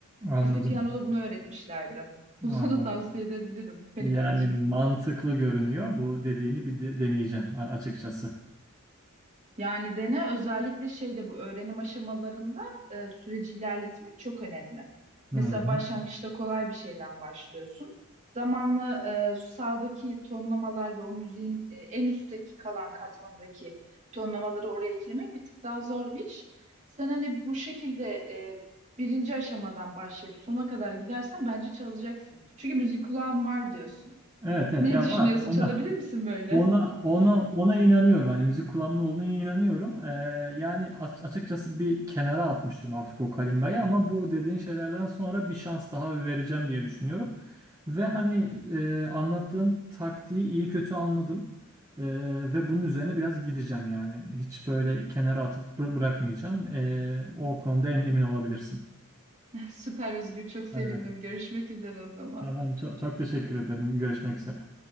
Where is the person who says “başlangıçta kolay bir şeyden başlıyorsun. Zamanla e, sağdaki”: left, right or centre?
Right